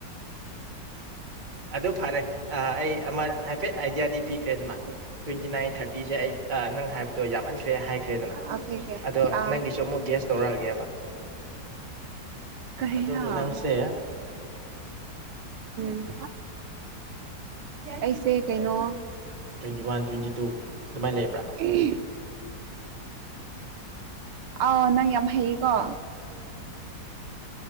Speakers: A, on the right; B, on the right.
A: ꯑꯗꯨ ꯐꯔꯦ ꯑꯥ ꯑꯩ ꯑꯃ ꯍꯥꯏꯐꯦꯠ ꯑꯥꯏꯗꯤꯌꯥꯗꯤ ꯄꯤꯈ꯭ꯔꯦꯗꯅ ꯇꯣꯢꯟꯇꯤ ꯅꯥꯏꯟ ꯊꯔꯇꯤꯁꯦ ꯑꯩ ꯑꯥ ꯅꯪ ꯍꯥꯏꯕꯗꯣ ꯌꯥꯝꯃꯟꯈ꯭ꯔꯦ ꯍꯥꯏꯈ꯭ꯔꯦꯗꯅ
B: ꯑꯣꯀꯦ ꯑꯣꯀꯦ
A: ꯑꯗꯣ
B: ꯑꯥ
A: ꯅꯪꯒꯤꯁꯨ ꯑꯃꯨꯛ ꯒꯦꯁ ꯇꯧꯔꯛꯑꯒꯦꯕ
B: ꯀꯔꯤꯔꯥ
A: ꯑꯗꯨ ꯅꯪꯁꯦ
B: ꯎꯝ ꯑꯩꯁꯦ ꯀꯩꯅꯣ
A: ꯇ꯭ꯋꯦꯟꯇꯤ ꯋꯥꯟ ꯇ꯭ꯋꯦꯟꯇꯤ ꯇꯨ ꯑꯗꯨꯃꯥꯏꯅ ꯂꯩꯕ꯭ꯔ
B: <unintelligible> ꯑꯥꯎ ꯅꯪ ꯌꯥꯝ ꯍꯩꯌꯦꯀꯣ